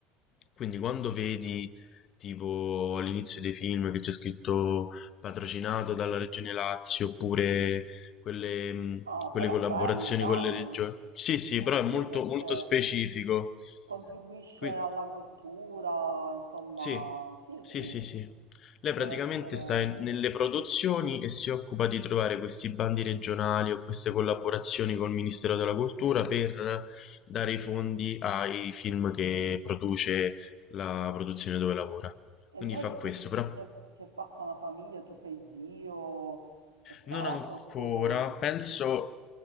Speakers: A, on the left (about 45°); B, on the right (about 90°).
A: Quindi quando vedi tipo all'inizio dei film che c'è scritto patrocinato dalla Regione Lazio oppure quelle, mh,
B: Ah,
A: quelle
B: però
A: collaborazioni
B: è bello, dai.
A: con le regioni.
B: Eh
A: Sì, sì, però
B: sì,
A: è molto,
B: perché
A: molto specifico.
B: contribuisce
A: Qui-
B: alla cultura, insomma,
A: sì,
B: sì,
A: sì,
B: sì,
A: sì, sì. Lei
B: deve
A: praticamente
B: essere...
A: sta in- nelle produzioni e si occupa di trovare questi bandi regionali o queste collaborazioni col Ministero della Cultura per dare i fondi ai film che produce la produzione dove lavora.
B: E
A: Quindi
B: lei
A: fa
B: si
A: questo,
B: è,
A: però
B: si è- si è fatta una famiglia, tu sei zio per caso,
A: non ancora,
B: oppure...
A: penso
B: no,